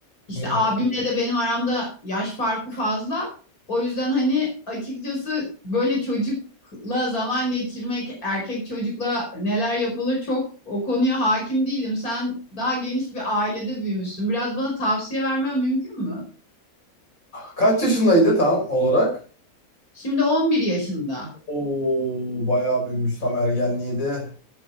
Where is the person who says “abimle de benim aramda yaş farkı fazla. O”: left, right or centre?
Left